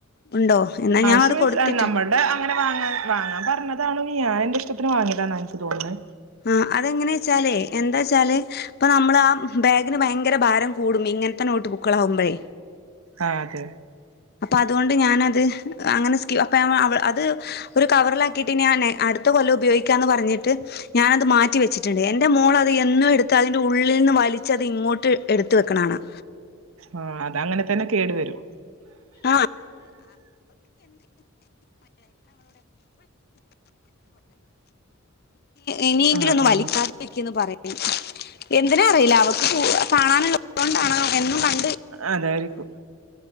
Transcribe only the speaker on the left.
ഉണ്ടോ എന്നാ
ഞാൻ അത്
കൊടുത്തിട്ട്
ആ അതെ എങ്ങനെവെച്ചല് എന്താവെച്ചല് ഇപ്പൊ നമ്മളെ ആ ബാഗിനെ ഭയങ്കര ഭാരം കുടും ഇങ്ങനെ തെ നോട്ട്ബുക്കുകൾ ആകുമ്പോൾ
അതുകൊണ്ട് ഞാൻ അതെ അങ്ങനെ അപ്പൊ അത് ഒരു കവറില് ആക്കിയിട്ട ഞൻ അടുത്ത കൊലം ഉപയോഗിക്കാനെ പറഞ്ഞിട്ട് ഞാൻ അതെ മാറ്റിവെച് ണ്ട് എന്റെ മോള് അത് എന്നും എടു ത്തതിന്റെ ഉള്ളിന്ന് വലിച്ച ഇങ്ങോട്ട് എടുത്തു വെക്കുന്നത് കാണാം
<unintelligible> ഇനിയെങ്കിലും
ഒന്ന്
വലിക്കാതിരിക്ക് പറയും എന്തിനാ അറിയില്ല കു അവക്ക് കാണാൻ കൊണ്ടാണോ എന്നും കൺ